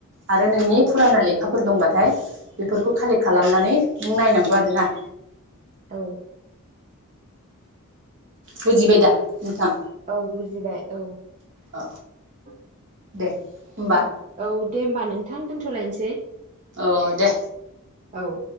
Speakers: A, on the right; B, on the right.
A: आरो नोंनि
B: औ
A: फुराना लेखा फोर दंबाथाय बेफोरखौ कालेक्ट खालामनानै
B: उम,
A: नों नायनांगौ आरोना
B: औ
A: बुजिबाय दा नोंथां
B: औ बुजिबाय औ
A: अ
B: <inaudible>
A: दे होमबा
B: औ दे होमबा नोंथां दोन्थ लायनोसै
A: औ दे
B: औ